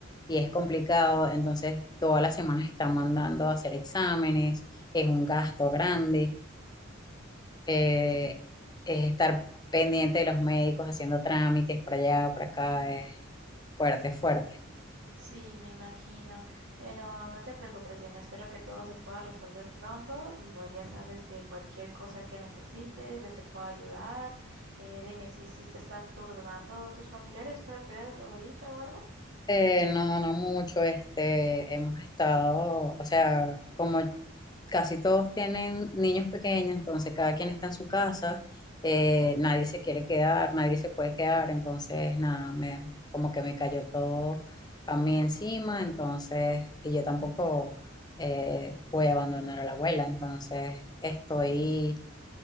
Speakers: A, on the left; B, on the right.
A: y es complicado. Entonces, todas las semanas están mandando a hacer exámenes, es un gasto grande, eh,
B: Sí.
A: es estar pendiente de los médicos haciendo trámites para allá, para acá, es fuerte, fuerte.
B: Sí, me imagino, pero no te preocupes, Diana, espero que todo se pueda resolver pronto. Igual ya sabes que cualquier cosa que necesites, yo te puedo ayudar. Eh, dime si, si te están turnando tus familiares para cuidar a tu abuelita o algo.
A: Eh, no, no mucho, este, hemos estado, o sea, como casi todos tienen niños pequeños, entonces cada quien está en su casa, eh, nadie se quiere quedar, nadie se puede quedar, entonces nada, me, como que me cayó todo a mí encima, entonces, y yo tampoco eh, voy a abandonar a la abuela, entonces estoy